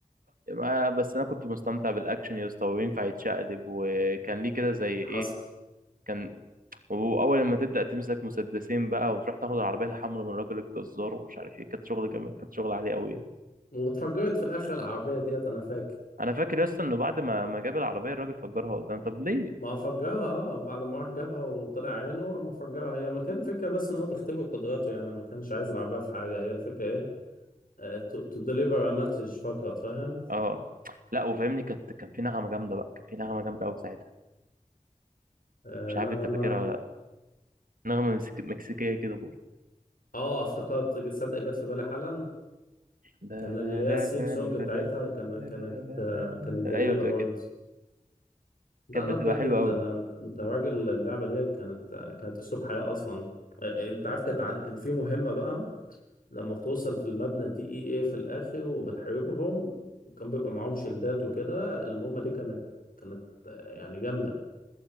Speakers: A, on the right (about 85°); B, on the left (about 85°).
A: ما بس انا كنت مستمتع بالاكشن يا اسطى وينفع يتشقلب وكان ليه كده زي ايه
B: حصل
A: كان واول لما تبدا تمسك مسدسين بقى وتروح تاخد العربيه الحمراء من الراجل الجزار ومش عارف ايه كانت شغل جميل كانت شغل عالي قوي
B: واتفجرت في الاخر العربية ديت انا فاكر
A: انا فاكر يا اسطى انه بعد ما ما جاب العربيه الراجل فجرها قدام طب ليه
B: ما فجرها اه بعد ما راح جابها وطلع عينه اما فجرها هي ما كان فكرة بس ان هو بيختبر قدراته يعني ما كانش عايز العربية في حاجة هي الفكرة ايه تو ديليفر ا مسج فقط فاهم
A: اه لا وفاهمني كانت كان في نغمه جامده بقى كان في نغمه جامده قوي ساعتها
B: آه،
A: مش عارف
B: نغمة
A: انت فاكرها ولا لا نغمه مكسيك- مكسيكيه كده برضه
B: اه افتكرت تصدق جت في بالي حالا
A: لا
B: كان
A: لا
B: اللي هي
A: لا
B: السيم
A: لا
B: سونج
A: لا
B: بتاعتها
A: لا لا
B: كان
A: لا
B: كانت
A: لا لا
B: آه،
A: لا
B: كانت
A: لا.
B: جميلة
A: ايوه بتبقى
B: برضه
A: كده
B: لا
A: كانت
B: لا
A: بتبقى
B: بجد
A: حلوه
B: انت
A: قوي
B: انت انت راجل اللعبة دي كانت آه، كانت اسلوب حياة اصلا آه، آه، انت عارف كانت عن- كان في مهمة بقى لما بتوصل في المبنى الدي اي اي في الاخر وبتحاربهم وكان بيبقى معاهم شيلدات وكده المهمة دي كانت كانت آه، يعني جامدة